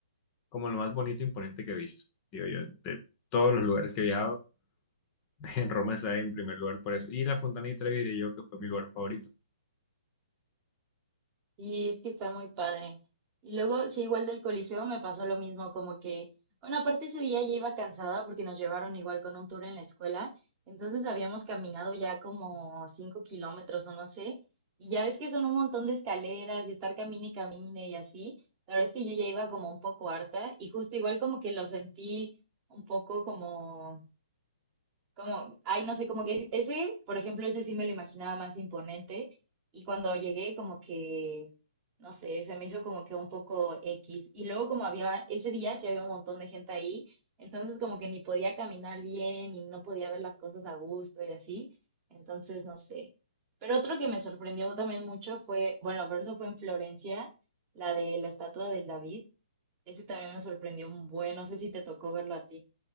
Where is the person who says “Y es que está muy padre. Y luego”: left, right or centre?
Right